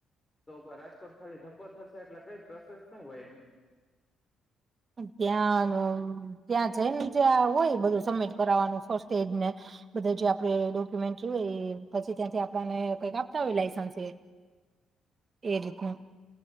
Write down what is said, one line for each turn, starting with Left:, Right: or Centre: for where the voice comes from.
Left: તો પણ રાજકોટ ખાલી ધક્કો થશે એટલે કઈ પ્રોસેસ શું હોય એને
Right: ધ્યાનું ત્યાં જઈ ને ચ્યા હોય બધું સબમિટ કરવાનું ફસ્ટ એડને બધા જે આપણે ડોક્યુમેન્ટ હોય પછી ત્યાંથી આપને કઈક આપતા હોય લાઈસન્સ એ એ રીતનું